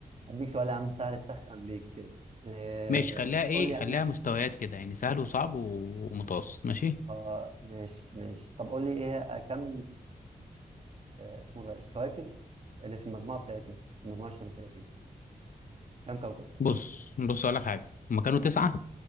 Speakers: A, on the right (about 45°); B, on the left (about 65°).
A: هديك سؤال يا عم سهل تسخن بيك كده آه
B: ماشي خليها ايه
A: قول لي يا
B: خليها
A: عم
B: مستويات كده يعني سهل وصعب و- ومتوسط ماشي
A: آه ماشي ماشي طب قول لي ايه كم آه اسمه ده الكواكب اللي في المجموعه بتاعتنا المجموعه الشمسيه كم كوكب
B: بص بص أقول لك حاجة هما كانوا تسعة